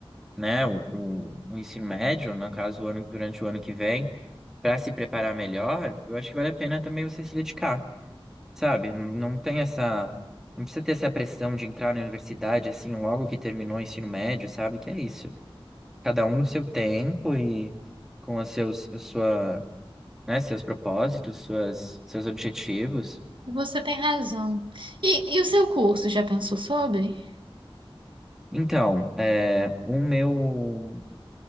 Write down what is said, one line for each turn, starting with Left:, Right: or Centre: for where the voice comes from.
Centre: né, o, o, o ensino médio, no caso, o ano, durante o ano que vem para se preparar melhor, eu acho que vale a pena também você se dedicar, sabe? Não não tem essa. Não precisa ter essa pressão de entrar na universidade assim logo que terminou o ensino médio, sabe? Que é isso. Cada um no seu tempo e com os seus, a sua, né, seus propósitos, suas, seus objetivos.
Right: Você tem razão. E, e o seu curso, já pensou sobre?
Centre: Então, é, o meu,